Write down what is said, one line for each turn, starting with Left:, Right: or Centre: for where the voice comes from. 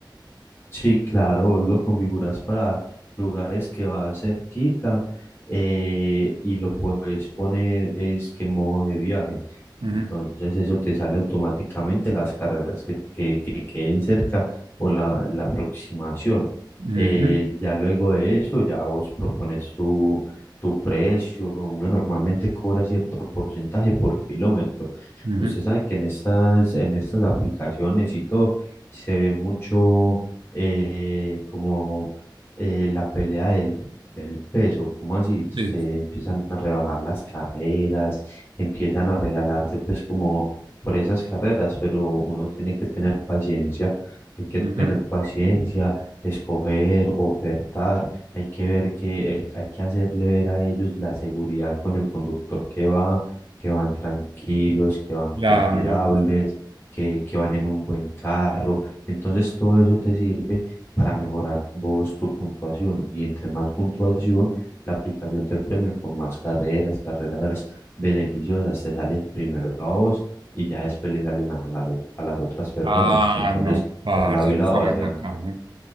Left: Sí, claro, vos lo configuras para lugares que va cerquita eh, y lo puedes poner es que modo de viaje.
Right: Ujú,
Left: Entonces eso te sale automáticamente las carreras que, que, que queden cerca o la, la aproximación.
Right: ujú,
Left: Eh, ya luego de eso, ya vos propones tu, tu precio. Uno normalmente cobra cierto porcentaje por kilómetro.
Right: ujú,
Left: Usted sabe que en estas, en estas aplicaciones y todo se ve mucho eh, como eh, la pelea del, del peso, como así se
Right: sí,
Left: empiezan a rebajar las carreras, empiezan a regalarse pues como por esas carreras, pero uno tiene que tener paciencia, hay que
Right: ujú,
Left: tener paciencia, escoger, ofertar, hay que ver que eh, hay que hacerle ver a ellos la seguridad con el conductor que va, que van tranquilos, que van
Right: claro.
Left: confiables, que, que van en un buen carro entonces todo eso te sirve para mejorar vos tu puntuación y entre más puntuación, la aplicación te premia con más carreras, carreras beneficiosas, te salen primero a vos y ya después le salen a, la- a las otras personas.
Right: Ah,
Left: Entonces,
Right: no, parce,
Left: por lado y
Right: eso
Left: lado
Right: está
Left: vas
Right: muy bacano.
Left: ganando.